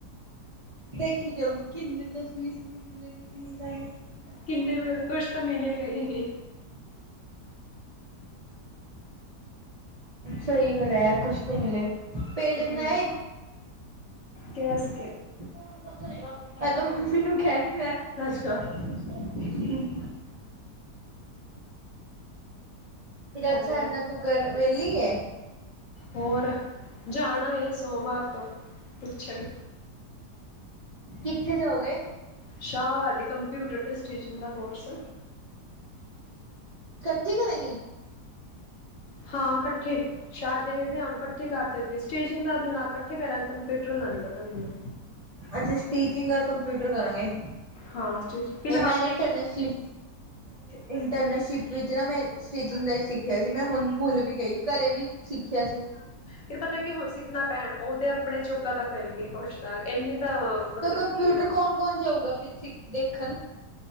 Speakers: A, on the right (about 65°); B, on the left (about 60°).
A: ਦੇਖੀ ਜਾਊਗੀ, ਕਿੰਨੇ ਦਸ ਵੀਸ ਰੁਪਏ ਮਿਲੇਗੀ। ਕਿ ਨਹੀਂ ਸਾਨੂੰ
B: ਕਿੰਨੇ ਮਿਲਦੇ, ਕੁਛ ਤਾਂ ਮਿਲੇ ਗਏ ਹੀ।
A: ਸਹੀ ਗੱਲ ਐ, ਯਾਰ ਕੁਛ ਤੋਂ ਮਿਲੇ। ਪੇੜੇ ਬਣਾਏ
B: ਹਮ, ਕਿਹਾ ਸੀ।
A: ਇਹ ਤਾਂ ਮੰਮੀ ਨੂੰ ਕਹਿਣੀ ਆਇਆ।
B: ਅੱਛਾ
A: <unintelligible> ਫਿਰ ਅੱਛਾ
B: ਹੈਲੋ।
A: ਇਨਾ ਤੂੰ ਘਰ ਵੇਲੀ ਏ।
B: ਹੋਰ ਜਾਣਾ ਏ ਸੋਮਵਾਰ ਤੋਂ, ਪੁੱਛਣ
A: ਕਿੱਥੇ ਜਾਓਗੇ‌।
B: ਸ਼ਾਹਬਾਦੀ ਕੰਪਿਊਟਰ ਤੇ ਸਟੀਚਿੰਗ ਦਾ ਕੋਰਸ।
A: ਇਕੱਠੀ ਕਰੇਗੀ।
B: ਹਾਂ ਇਕੱਠੇ ਸ਼ਾਇਦ ਦੇਖਦੇ ਹਾਂ ਹੁਣ ਇਕੱਠੇ ਕਰਦੇ ਅਤੇ ਸਟੇਜਿੰਗ ਦਾ ਮੈਨੂੰ ਲੱਗਦਾ ਇਕੱਠੇ ਕਰਾਂਗੇ, ਕੰਪਿਊਟਰ ਦਾ ਨਹੀਂ ਪਤਾ ਮੈਨੂੰ
A: ਅੱਛਾ, ਸਟੀਚਿੰਗ ਔਰ ਕੰਪਿਊਟਰ ਕਰਾਂਗੇ।
B: ਹਾਂ ਸਟਿਚ ਫਿਲਹਾਲ
A: ਇਹ ਮੈਨ ਇੰਟਰਨਸ਼ਿ ਇੰਟਰਨਸ਼ਿਪ ਵਿੱਚ ਨਾ ਮੈਂ ਸਟਿਚਿੰਗ ਦਾ ਹੀ ਸਿੱਖਿਆ ਸੀ। ਮੈਂ ਹੁਣ ਭੁੱਲ ਵੀ ਗਈ, ਘਰੇ ਵੀ ਸਿੱਖਿਆ ਸੀ।
B: ਫੇਰ ਪਤਾ ਕੀ ਹੁਣ ਸਿੱਖਣਾ ਪੈਣ, ਉਹਦੇ ਆਪਣੇ ਜੋਗਾ ਤਾਂ ਕਰੀਏ ਕੁਛ ਤਾਂ ਇੰਨੀ ਤਾਂ ਮਤਲਬ
A: ਤੇ ਕੰਪਿਊਟਰ
B: ਕੀ ਉਹ
A: ਕੌਣ ਕੌਣ ਜਾਊਗਾ ਫੇਰ ਸਿਖ ਦੇਖਣ